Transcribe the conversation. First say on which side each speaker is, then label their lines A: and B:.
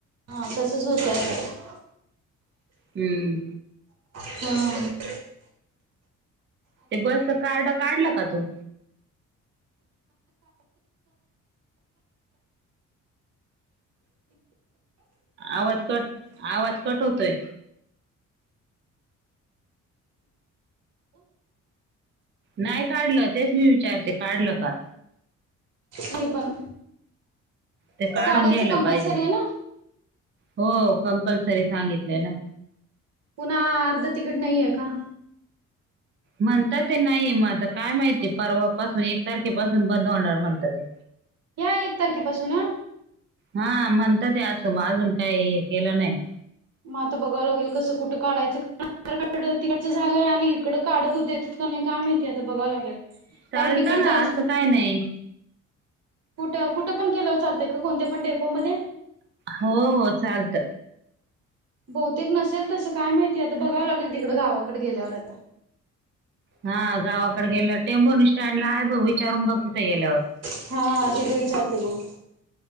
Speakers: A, on the right; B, on the right.
A: हा तसंच होतं अस
B: हम्म
A: हा
B: ते बस च कार्ड काढला का तु आवाज कट आवाज कट होतोय नाय काडलं तेच मी विचारतेय काडलं का
A: नइ पण
B: ते काडुन
A: काढायचं
B: घ्यायला
A: कंपल्सरी
B: पाहिजे
A: आहे ना
B: हो कंपल्सरी सांगितलय ना
A: पुना आर्ध तिकीट नाहीये का
B: म्हणताते नाइये मग आता काय माहितीय परवा पासून एक तारखेपासून बंद होणार म्हणतात ते
A: ह्या एक तारखे पाासून ह
B: हा म्हणताते असं म आजून काय हे केलं नाइ
A: म आता बघव लागेल कसं कुठं काडायचं आधार कार्ड तिकडचं झालंय आणि इकडं काडु देत्यात का नाई काय माहिती आता बघावं लागेल
B: चालतं
A: कारण इकडचं
B: ना
A: आजु
B: असं काय नाही
A: कुट कुट पण केलं चालतय का कोणत्या डेपोमदे
B: हो हो चालत
A: बहुतेक नसेल तसं काय माहितीय आता बघावं लागेल तिकडं गावाकडे गेल्यावर आता
B: हा गावाकडे गेल्यावर टेबुर्णि स्टँडला आहे बघ विचारून बघ तित गेल्यावर
A: हा तेित तर विचारते बग